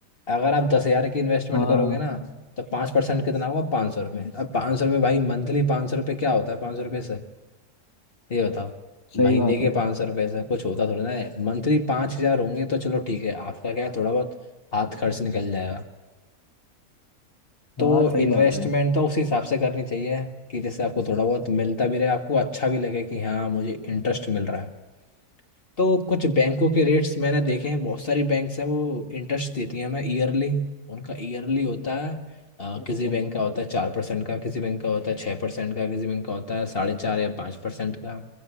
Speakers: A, on the left (about 40°); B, on the left (about 20°).
A: अगर आप दस हजार की इन्वेस्टमेंट
B: हाँ
A: करोगे ना तो पाँच परसेंट कितना होगा पाँच सौ रुपये अब पाँच सौ रुपये भाई मंथली पाँच सौ रुपये क्या होता है पाँच सौ रुपये से ये बताओ
B: सही
A: महीने
B: बात
A: के
B: है
A: पाँच सौ रुपये से कुछ होता थोड़ी ना है मंथली पाँच हजार होंगे तो चलो ठीक है आपका क्या है थोड़ा बहुत हाथ खर्च निकल जाएगा तो
B: हाँ सही
A: इन्वेस्टमेंट
B: बात है
A: तो उस हिसाब से करनी चाहिए कि जैसे आपको थोड़ा बहुत मिलता भी रहे आपको अच्छा भी लगे कि हाँ मुझे इंटरेस्ट मिल रहा है तो कुछ बैंकों के रेट्स मैंने देखे हैं बहुत सारी बैंक्स हैं वो इंटरेस्ट देती हैं हमें ईयरली उनका ईयरली होता है अ,
B: अच्छा
A: किसी बैंक का होता है चार परसेंट का किसी बैंक का होता है छः परसेंट का किसी बैंक का होता है साढ़े चार या पाँच परसेंट का